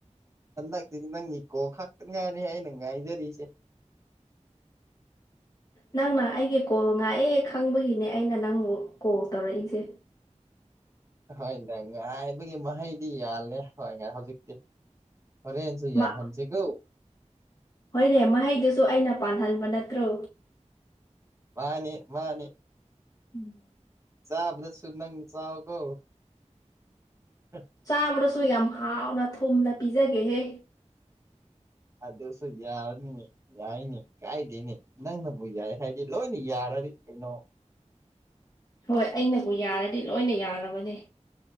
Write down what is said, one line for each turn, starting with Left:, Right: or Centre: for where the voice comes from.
Right: ꯍꯟꯗꯛꯇꯤꯗꯤ ꯅꯪ ꯀꯣꯜ ꯈꯛꯇ ꯉꯥꯏꯔꯦ ꯑꯩꯅ ꯉꯥꯏꯖꯔꯤꯁꯦ
Left: ꯅꯪꯅ ꯑꯩꯒꯤ ꯀꯣꯜ ꯉꯥꯛꯑꯦ ꯈꯪꯕꯒꯤꯅꯦ ꯑꯩꯅ ꯅꯪꯕꯨ ꯀꯣꯜ ꯇꯧꯔꯛꯏꯁꯦ
Right: ꯍꯣꯏꯅꯦ ꯉꯥꯏꯕꯒꯤ ꯃꯍꯩꯗꯤ ꯌꯥꯜꯂꯦ ꯍꯣꯏ ꯉꯥꯏ ꯍꯧꯖꯤꯛꯇꯤ ꯐꯣꯔꯦꯦꯟꯟꯁꯨ ꯌꯥꯟ
Left: ꯃ
Right: ꯍꯟꯁꯤꯒꯣ
Left: ꯍꯣꯏꯅꯦ ꯃꯍꯩꯗꯨꯁꯨ ꯑꯩꯅ ꯄꯥꯟꯍꯟꯕ ꯅꯠꯇ꯭ꯔꯣ
Right: ꯃꯥꯅꯦ ꯃꯥꯅꯦ
Left: ꯎꯝ
Right: ꯆꯥꯕꯗ ꯁꯨ ꯅꯪ ꯆꯥꯕ ꯀꯣ ꯑ
Left: ꯆꯥꯕꯗꯁꯨ ꯌꯥꯝ ꯍꯥꯎꯅ ꯊꯨꯝꯅ ꯄꯤꯖꯒꯦꯍꯦ
Right: ꯑꯗꯁ ꯌꯥꯎꯔꯅꯤ ꯌꯥꯏꯅꯤ ꯀꯥꯏꯗꯦꯅꯤ ꯅꯪꯅꯕꯨ ꯌꯥꯏ ꯍꯥꯏꯗꯤ ꯂꯣꯏꯅ ꯌꯥꯔꯗꯤ ꯀꯩꯅꯣ
Left: ꯍꯣꯏ ꯑꯩꯅꯕꯨ ꯌꯥꯔꯗꯤ ꯂꯣꯏꯅ ꯌꯥꯔꯕꯅꯤ